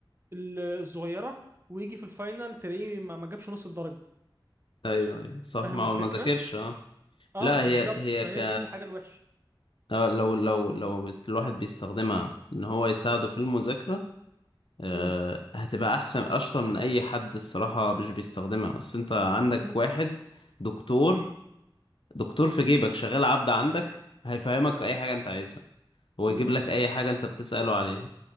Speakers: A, on the right; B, on the left.
A: ال- الصغيره ويجي في الفاينل تلاقيه ما ما جابش نص الدرجه
B: ايوه ايوه صح
A: فاهم
B: ما هو
A: الفكره
B: ما ذاكرش اه
A: اه
B: لا
A: بالظبط
B: هي هي
A: هي
B: ك
A: دي الحاجه الوحشه
B: آه، لو لو لو الواحد بيستخدمها ان هو يساعده في المذاكرة آه،
A: امم
B: هتبقى احسن اشطر من اي حد الصراحة مش بيستخدمها اصل انت عندك
A: امم
B: واحد دكتور دكتور في جيبك شغال عبد عندك هيفهمك اي حاجة انت عايزها هو
A: مهم.
B: يجيب لك اي حاجة انت بتسأله عليها